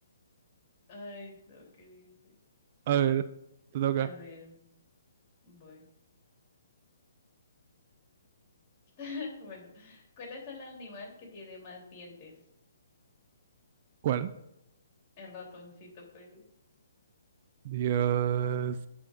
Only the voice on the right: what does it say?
A ver, te toca.
¿Cuál?
Dios.